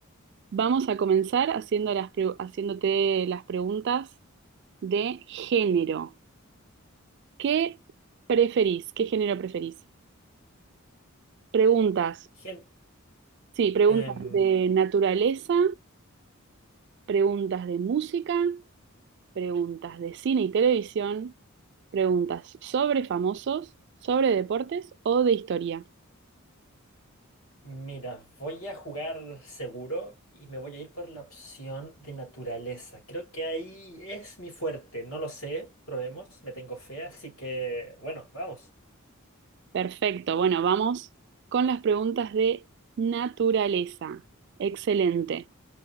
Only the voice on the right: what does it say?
vamos a comenzar haciendo las pre- haciéndote las preguntas de género. ¿Qué preferís? ¿Qué género preferís? Preguntas,
sí, preguntas
de naturaleza, preguntas de música preguntas de cine y televisión, preguntas sobre famosos, sobre deportes o de historia.
Perfecto, bueno, vamos con las preguntas de naturaleza. Excelente.